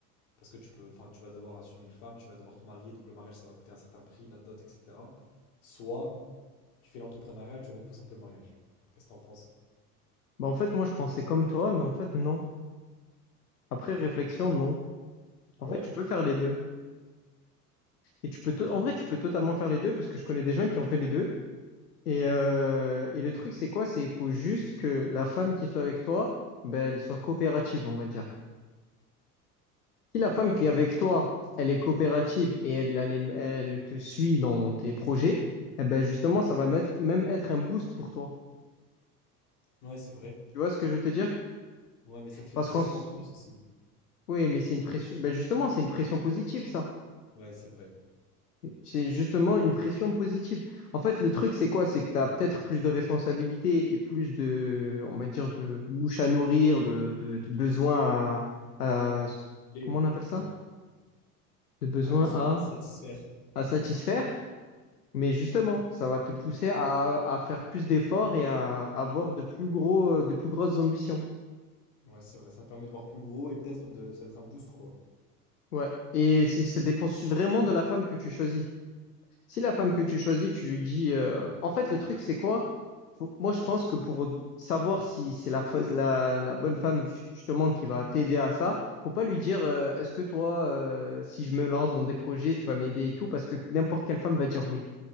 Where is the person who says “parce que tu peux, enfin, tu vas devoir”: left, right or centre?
Left